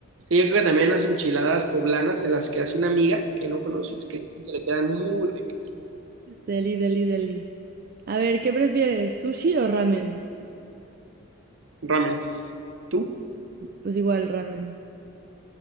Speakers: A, on the right; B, on the right.
A: Sí, yo creo que también unas enchiladas poblanas de las que hace una amiga que no conoces, que dice que le quedan muy ricas.
B: Deli, deli, deli. A ver, ¿qué prefieres? ¿Sushi o ramen?
A: Ramen. ¿Tú?
B: Pues igual ramen.